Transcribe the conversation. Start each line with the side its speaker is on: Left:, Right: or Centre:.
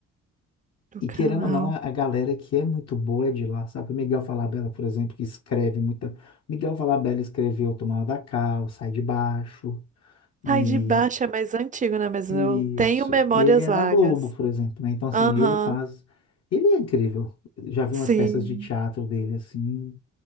Right: do
Left: e
Right: canal.
Left: querendo ou não, a, a galera que é muito boa é de lá, sabe? O Miguel Falabella, por exemplo, que escreve muita. Miguel Falabella escreveu Tomando da Cá, o Sai de Baixo, e
Right: Tá, e de baixo é mais antigo, né? Mas
Left: e
Right: eu tenho
Left: isso.
Right: memórias
Left: E ele é
Right: vagas.
Left: da Globo, por exemplo, né? Então, assim,
Right: Aham,
Left: ele faz. Ele é incrível. Já vi
Right: sim.
Left: umas peças de teatro dele, assim.